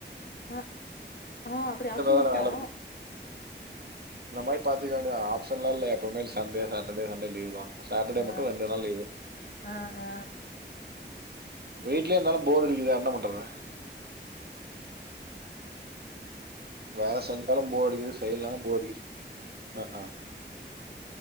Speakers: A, on the left (about 55°); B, on the right (about 60°).
A: அ ஆ அப்பிடி ஆப்ஷன்
B: தானே
A: இருக்கா
B: வேலை இருக்கும் இந்த மாதிரி பாத்துக்க வேண்ட ஆப்ஷன்லா இல்ல எப்பவுமே சண்டே சட்டர்டே சண்டே லீவ்தா சேட்டர்டே
A: ஆ
B: மட்டு ரெண்டு நாள் லீவு
A: ஆ ஆ
B: வீட்லயே இருந்தாலு போர் அடிக்குது என்ன பண்றது வேல செஞ்சாலு போர் அடிக்குது செய்யலனாலு போர் அடிக்குது அ ஆ